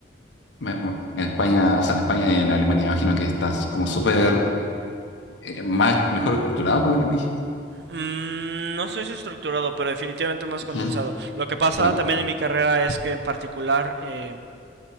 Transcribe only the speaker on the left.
Me- me- En España,
o sea, en España y en Alemania, me imagino que estás como súper eh, más, mejor estructurado por lo que me dijiste.
Ujú,
Claro,